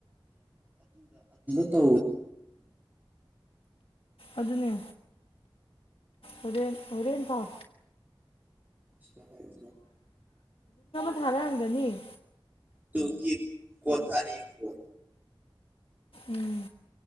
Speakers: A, on the right; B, on the left.
A: ꯇꯗ
B: ꯑꯗꯨꯅꯦ ꯑꯣꯔꯦꯟ ꯑꯣꯣꯔꯦꯟꯇꯥꯎ
A: ꯆꯂꯥꯏ
B: ꯊꯥꯔꯥ ꯍꯗꯅꯤ
A: ꯇꯨꯀꯤ ꯀꯣꯊꯔꯤ ꯀꯣ
B: ꯎꯝ